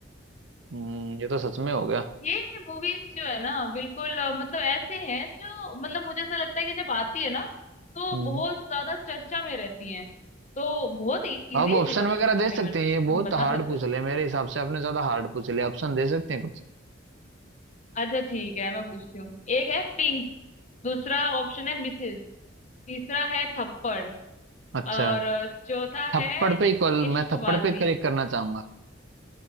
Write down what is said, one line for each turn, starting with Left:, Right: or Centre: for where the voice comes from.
Right: हम्म, ये तो सच में हो गया
Left: ये मूवीज जो है ना बिल्कुल अ, मतलब ऐसे हैं जो मतलब मुझे ऐसा लगता है कि जब आती है ना तो
Right: हम्म।
Left: बहुत ज्यादा चर्चा में रहती हैं तो बहुत इजी
Right: आप ऑप्शन
Left: इजी क्वेश्चन
Right: वगैरह
Left: पूछे
Right: दे सकते
Left: मैंने तुमसे
Right: हैं ये
Left: तुम
Right: बहुत
Left: बता
Right: हार्ड
Left: सकते
Right: पूछ
Left: हो
Right: लिया मेरे हिसाब से आपने ज्यादा हार्ड पूछ लिया ऑप्शन दे सकते हैं कुछ
Left: अच्छा ठीक है मैं पूछती हूँ एक है पिंक दूसरा ऑप्शन है मिसेज तीसरा है थप्पड़
Right: अच्छा
Left: और अ, चौथा
Right: थप्पड़
Left: है
Right: पे ही कॉल
Left: इश्कबाजी
Right: मैं थप्पड़ पे करेक्ट करना चाहूंगा